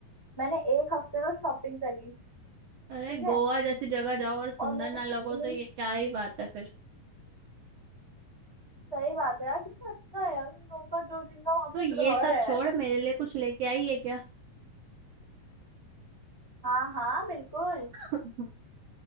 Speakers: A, on the left (about 25°); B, on the right (about 70°).
A: मैंने एक हफ्ते तो शॉपिंग करी ठीक
B: अरे
A: है
B: गोवा जैसी जगह जाओ और सुंदर
A: और मैंने
B: ना लगो
A: इतनी
B: तो ये क्या ही बात है फिर
A: सही बात है यार कितना अच्छा है यार उन लोगों का जो जिनका वहां
B: तू
A: पे
B: ये
A: घर
B: सब
A: है
B: छोड़ मेरे लिए कुछ लेके आई है क्या
A: हाँ हाँ बिल्कुल
B: <laughs>